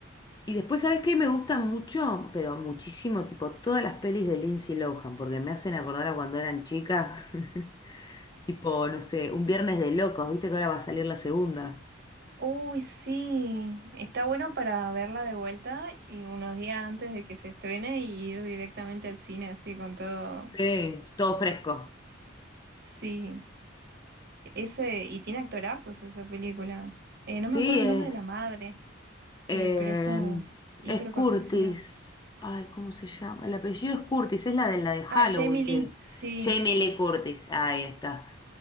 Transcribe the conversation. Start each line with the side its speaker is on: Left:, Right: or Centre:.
Left: Y después, ¿sabes qué? Me gusta mucho, pero muchísimo, tipo todas las pelis de Lindsay Lohan, porque me hacen acordar a cuando eran chicas, <laughs> tipo, no sé, un Viernes de Locos, ¿viste que ahora va a salir la segunda?
Right: Uy, sí, está bueno para verla de vuelta y unos días antes de que se estrene y ir directamente al cine así con todo.
Left: Sí, todo fresco.
Right: Sí, ese, y tiene actorazos esa película. Eh, no
Left: Sí,
Right: me acuerdo
Left: es.
Right: el nombre de la madre, eh,
Left: Eh,
Right: pero es como hiper
Left: es Curtis.
Right: conocida.
Left: Ay, ¿cómo se llama? El apellido es Curtis, es la de la de Halloween,
Right: Ah, Jamie Lee,
Left: que
Right: sí.
Left: Jamie Lee Curtis, ahí está.